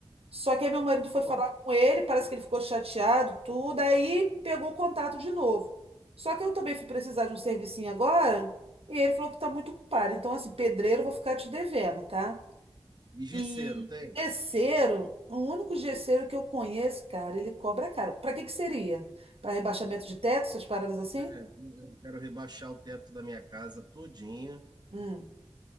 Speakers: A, on the right; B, on the right.
A: Só que aí meu marido foi
B: Bom,
A: falar com ele, parece que ele ficou chateado, tudo, aí pegou o contato de novo. Só que eu também fui precisar de um servicinho agora, e ele falou que tá muito ocupado. Então, assim, pedreiro, eu vou ficar te devendo, tá?
B: E gesseiro,
A: E
B: tem?
A: gesseiro, o único gesseiro que eu conheço, cara, ele cobra caro. Pra que que seria? Pra rebaixamento de teto, essas paradas assim?
B: É, eu quero rebaixar o teto da minha casa todinha.
A: Hum.